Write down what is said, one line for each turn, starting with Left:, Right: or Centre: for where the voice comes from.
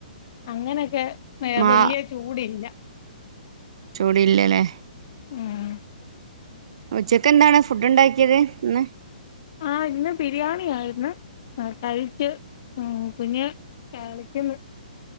Left: അങ്ങനൊക്കെ
Right: മാ
Left: വല്യാ ചൂടില്ല
Right: ചൂടില്ലല്ലേ
Left: ഉം
Right: ഉച്ചക്ക് എന്താണ് ഫുഡ് ഉണ്ടാക്കിയത് ഇന്ന്
Left: ആ ഇന്ന് ബിരിയാണി ആയിരുന്നു കഴിച്ച് കുഞ് കളിക്കുന്നു